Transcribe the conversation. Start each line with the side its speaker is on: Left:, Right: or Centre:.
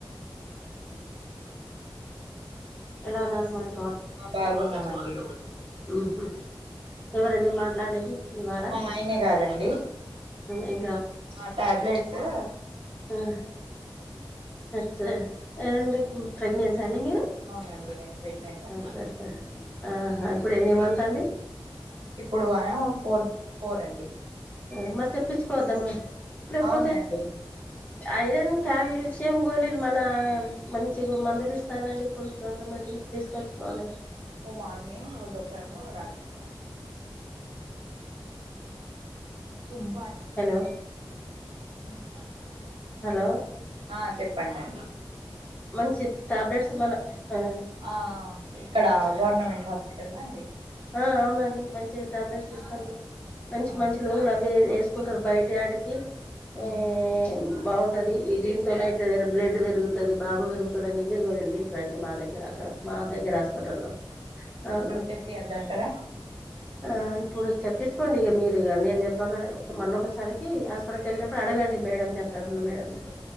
Left: ఎలా ఉన్నారు మరి
Right: ఆ బాగున్నామన్డి
Left: ఉహుమ్ ఎవరండి మాట్లాడేది మీ వారా
Right: మా ఆయన్నే గారండి
Left: ఏం
Right: మా ట్యాబ్లెట్స్.
Left: మ్ అచ్చే ఏంటి <unintelligible> ప్రెగ్నెన్సన్డి మీరు
Right: అవునండి నేను ప్రెగ్నెంట్ అండి
Left: అ చ్చ చ్చా ఆహ ఇప్పుడేన్ని మంతన్డి.
Right: ఇప్పుడు ఆవ్ ఫోర్ ఫోరండి
Left: మ్ మరి తెప్పించ్కోద్దామ్మ లేక్పోతే
Right: అవునండి
Left: ఐరన్ కాల్షియం గోళీలు మన మంచిగు మందులిస్తానండి. ప్పుడు గవర్నమెంట్లో తీస్కొచ్చుకోవాలే
Right: ఉ మార్నింగ్ ఉదప్రము రా <unintelligible>
Left: ఆ
Right: సుబ్బా <unintelligible>
Left: హలో
Right: అన్నా <unintelligible>
Left: హలో
Right: ఆ చెప్పన్డండి
Left: మంచి ట్యాబ్లెట్స్ మన ఆ
Right: ఆ ఇక్కడ గవర్నమెంట్ హాస్పిటల్లన్డి
Left: ఆ అవునండి మంచి టాబ్లెట్స్ ఇస్తన్రు మంచి
Right: ఆ
Left: మంచి లోనవే ఏస్కుంటార్ బయటటికి ఆ ఆ
Right: ఆహా
Left: ఆమ్ బాగుండది ఈ దీంతోనైతే వేరే బ్లేడ్ పెరుగుతది. బాబు పెరుగుతడని, నువ్వే గోరి ఎల్లింట్రండి మా దగ్గర అక్కడ. మా దగ్గర హాస్పిటల్లో అవును
Right: తెప్పియద్దంటార
Left: ఆ ఇప్పుడు చెప్పించుకోండి ఇగ మీరిగ నేన్ జేప్పకనే ఒక్సారి మల్లొకసరికి హాస్. అక్కడికేళ్ళినప్పుడు అడగండి, మేడంనక్కడ ఉన్న మేడంన్నీ